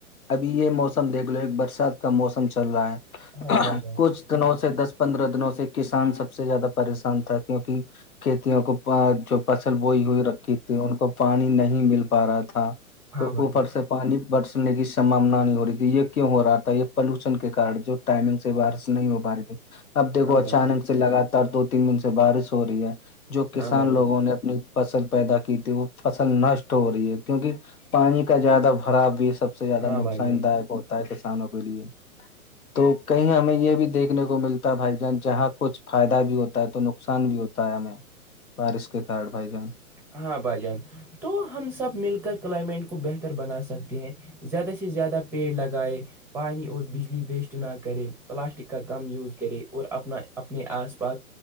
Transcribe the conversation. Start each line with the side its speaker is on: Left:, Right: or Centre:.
Left: ابھی یہ موسم دیکھ لو ایک برسات کا موسم چل رہا ہے
Centre: ہاں بھائی جان
Left: کچھ دنوں سے دس پندرہ دنوں سے کسان سب سے زیادہ پریشان تھا کیونکہ کتی آ کو پ جو فصل بوئی ہوئی رکھی تھی ان کو پانی نہیں مل پا رہا تھا
Centre: ہاں
Left: تو
Centre: بھائی
Left: اوپر
Centre: جان
Left: سے پانی برسنے کی سمبانا نہیں ہو رہی تھی یہ کیوں ہو رہا تھا یہ پلوشن کےارن جو ٹائمنگ سے بارش نہیں ہو پا رہی تھی اب دیکھو
Centre: ہاں بھائی
Left: اچانک
Centre: جان
Left: سے لگاتار دو تین دن سے بارش ہو رہی ہے جو کسان
Centre: ہاں بھائی جان
Left: لوگوں نے اپنی فصل پیدا کی تھی وہ فصل نشٹ ہو رہی ہے کیونکہ پانی کا زیادہ بھرا بھی سب سب سے زیادہ
Centre: ہاں
Left: نقصان
Centre: بھائی جان
Left: داک ہوتا ہے کسانوں کے لیے تو کہیں ہمیں یہ بھی دیکھنے کو ملتا بھائی جان جہاں کچھ فائدہ بھی ہوتا ہے تو نقصان بھی ہوتا ہے ہمیں بارش کے کار بھائی جان
Centre: ہاں بھائی جان تو ہم سب مل کر کلائمیٹ کو بہتر بنا سکتے ہیں زیادہ سے زیادہ پیڑ لگائے پانی اور بجلی ویسٹ نہ کرے پلاسٹک کا کم یوز کرے اور اپنا اپنے آس پاس